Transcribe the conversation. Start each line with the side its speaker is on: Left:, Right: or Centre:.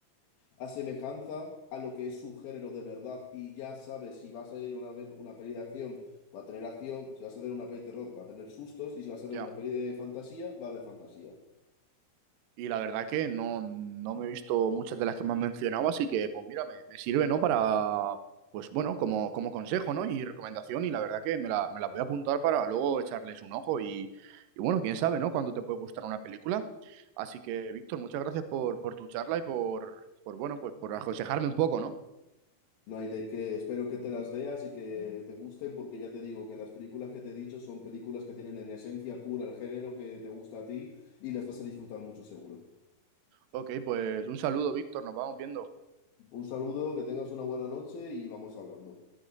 Left: asemejanza a lo que es su género de verdad. Y ya sabes si vas a ir a ver una peli de acción, va a tener acción, si vas a ver una peli de terror, va a tener sustos, y si vas a ver
Right: ya.
Left: una peli de fantasía, va a haber fantasía.
Right: Y la verdad que no, no me he visto muchas de las que me has mencionado, así que pues mira, me, me sirve, ¿no? Para, pues bueno, como, como consejo, ¿no? Y recomendación, y la verdad que me la, me la voy a apuntar para luego echarles un ojo y, y bueno, quién sabe, ¿no? Cuándo te puede gustar una película. Así que, Víctor, muchas gracias por, por tu charla y por, por, bueno, pues por aconsejarme un poco, ¿no?
Left: No hay de qué. Espero que te las veas y Mm. que te gusten, porque ya te digo que las películas que te he dicho son películas que tienen en esencia pura el género que te gusta a ti y las vas a disfrutar mucho seguro.
Right: Ok, pues un saludo, Víctor, nos vamos viendo.
Left: Un saludo, que tengas una buena noche y vamos hablando.